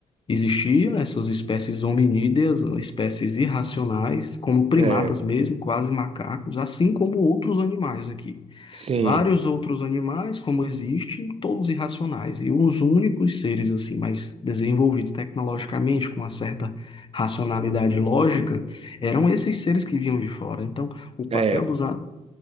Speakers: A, on the left; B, on the right.
A: Existiam essas espécies hominídeas, ou espécies irracionais, como primatas
B: é,
A: mesmo, quase macacos, assim como outros animais aqui.
B: sim,
A: Vários outros animais, como existem, todos irracionais, e os únicos seres assim mais desenvolvidos tecnologicamente, com uma certa racionalidade lógica, eram esses seres que vinham de fora. Então, o papel
B: é,
A: dos, a-